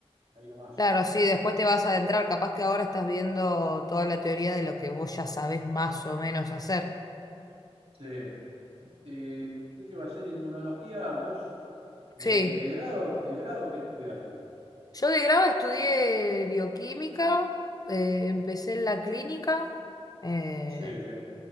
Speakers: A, on the right; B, on the left.
A: ahí nomás
B: Claro,
A: estoy.
B: sí, después te vas a adentrar, capaz que ahora estás viendo toda la teoría de lo que vos ya sabés más o menos hacer.
A: Sí. Eh, ¿qué te iba a decir? Inmunología, vos, de,
B: Sí,
A: de grado, de grado, ¿qué estudiaste?
B: yo de grado estudié bioquímica, eh, empecé en la clínica, eh,
A: Sí, sí.